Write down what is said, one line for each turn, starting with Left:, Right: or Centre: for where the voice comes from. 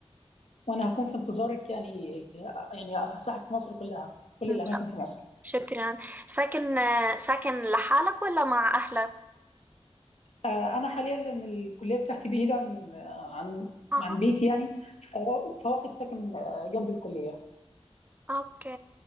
Left: وانا هكون في انتظارك يعني يعني افسحك في مصر كلها كل
Right: إن
Left: الاماكن
Right: شاء الله
Left: في مصر
Right: شكرا ساكن ساكن لحالك ولا مع أهلك؟
Left: آه، انا حاليا لان الكليه بتاعتي بعيده عن عن
Right: أها
Left: عن بيتي يعني فوا- فواخد ساكن آه، جنب الكليه
Right: أوكي